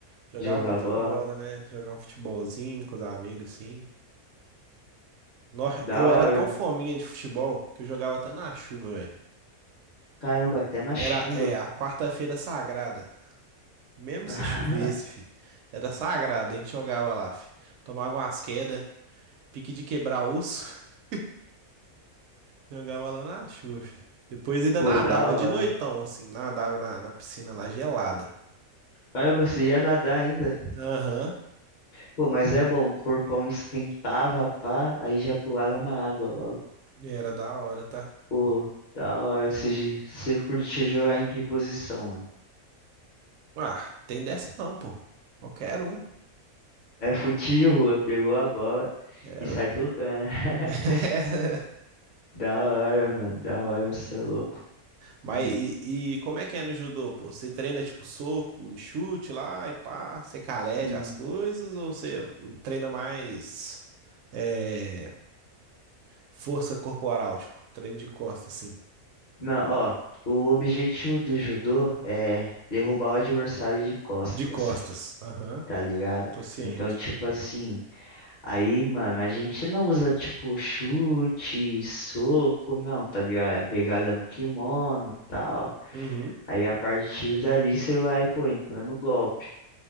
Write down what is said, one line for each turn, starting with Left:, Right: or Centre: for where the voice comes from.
Right: Jogava
Left: jogar
Right: muita
Left: bola,
Right: bola, né? Jogar um futebolzinho com os amigos, assim. Nossa,
Left: da
Right: eu era
Left: hora.
Right: tão fominha de futebol que eu jogava até na chuva, velho.
Left: Caramba, até na chuva.
Right: Era, é, a quarta-feira sagrada. Mesmo
Left: <laughs>
Right: se chovesse, fi. Era sagrado, a gente jogava lá, fi. Tomava umas quedas, pique de quebrar osso, <laughs> jogava lá na chuva, fi. Depois ainda
Left: Pô,
Right: nadava
Left: da hora.
Right: de noitão, assim, nadava na, na piscina lá gelada.
Left: Caramba, você ia nadar ainda.
Right: Aham,
Left: Pô, mas é bom, o corpão esquentava, pá, aí já pulava na água logo.
Right: era da hora, tá?
Left: Pô, da hora. Você, você curte jogar em que posição, mano?
Right: Ah, tem dessa não, pô. Qualquer um.
Left: É fute de rua, pegou a bola
Right: É,
Left: e sai
Right: ué.
Left: tocando. <laughs>
Right: <laughs>
Left: Da hora, mano, da hora, você é louco.
Right: Mas
Left: Hum,
Right: e, e como é que é no judô, pô? Você treina tipo soco, chute lá e pá, você caleja
Left: hum.
Right: as coisas ou você treina mais. É Força corporal, tipo, treino de costas, assim.
Left: Não, ó, o objetivo do judô é derrubar o adversário de costas,
Right: De costas. Aham,
Left: tá ligado?
Right: tô ciente.
Left: Então, tipo assim, aí, mano, a gente não usa, tipo, chute, soco, não, tá ligado? É pegada no kimono e tal.
Right: Uhum.
Left: Aí, a partir dali, você vai, pô, entrando no golpe.